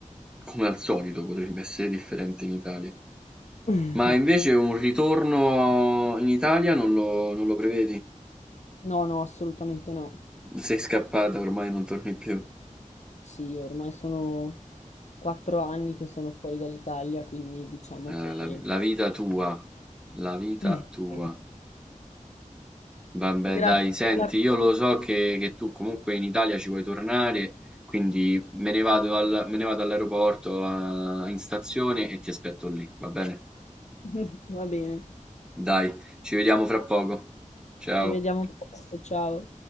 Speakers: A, in the centre; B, on the left.
A: come al solito potrebbe essere differente in Italia.
B: <laughs>
A: Ma invece un ritorno in Italia non lo, non lo prevedi?
B: No, no, assolutamente no.
A: Sei scappata, ormai non torni più.
B: Sì, ormai sono quattro anni che sono fuori dall'Italia, quindi diciamo che...
A: Eh, la la vita tua, la vita
B: <laughs>
A: tua. Vabbè
B: Grazie
A: dai, senti,
B: per la...
A: io lo so che, che tu comunque in Italia ci vuoi tornare, quindi me ne vado al- me ne vado all'aeroporto, a- in stazione e ti aspetto lì, va bene?
B: <laughs> Va bene,
A: Dai, ci vediamo fra poco. Ciao.
B: ci vediamo presto, ciao.